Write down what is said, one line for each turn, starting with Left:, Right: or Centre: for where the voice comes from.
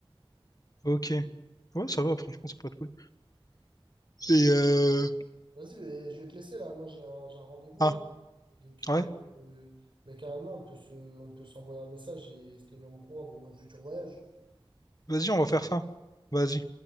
Left: Ok. Ouais, ça va, franchement, ça pourrait être cool.
Right: Ouais.
Left: Et euh...
Right: Vas-y, ben, je vais te laisser, là. Moi, j'ai un, j'ai un rendez-vous,
Left: Ah,
Right: là. Donc, euh,
Left: ouais.
Right: euh, mais carrément, on peut se, on peut s'envoyer un message et se tenir au courant de nos futurs voyages.
Left: Vas-y, on va faire ça. Vas-y.